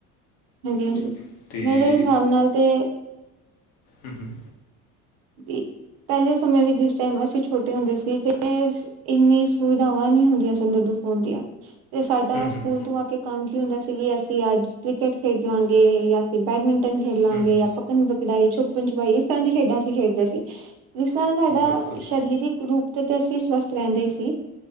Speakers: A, on the right (about 65°); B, on the left (about 75°).
A: ਹਾਂਜੀ ਹਾਂਜੀ
B: ਅਤੇ
A: ਮੇਰੇ ਹਿਸਾਬ ਨਾਲ ਤੇ
B: ਹਮ ਹਮ।
A: ਜੀ ਪਹਿਲੇ ਸਮੇਂ ਵਿੱਚ ਜਿਸ ਟਾਈਮ ਅਸੀਂ ਛੋਟ ਹੁੰਦੇ ਸੀ ਤੇ ਇੰਨੀ ਸੁਵਿਧਾਵਾਂ ਨੀ ਹੁੰਦੀਆਂ ਸਨ ਦਦੂ ਫੋਨ ਦੀਆਂ। ਤੇ ਸਾਡਾ
B: ਹੂੰ
A: ਸਕੂਲ
B: ਹੂੰ ਹੂੰ
A: ਤੋਂ ਆ ਕੇ ਕੰਮ ਕੀ ਹੁੰਦਾ ਸੀ ਕਿ ਅਸੀਂ ਅੱਜ, ਕ੍ਰਿਕਟ ਖੇਡ ਲਾਂਗੇ ਜਾਂ ਬੈਡਮਿੰਟਨ ਖੇਲਾਂਗੇ
B: ਹੂੰ ਹੂੰ
A: ਜਾਂ ਪੱਕੜਨ- ਪਕੜਾਈ, ਛੱਪਣ- ਛਪਾਈ, ਇਸ ਤਰ੍ਹਾਂ ਦੀਆਂ ਖੇਡਾਂ ਖੇਡਦੇ ਸੀ, ਜਿਸ ਨਾਲ ਸਾਡਾ
B: ਬਿਲਕੁਲ
A: ਸਰੀਰਿਕ ਰੂਪ ਤੇ ਤੇ ਅਸੀਂ ਸਵਸਥ ਰਹਿੰਦੇ ਸੀ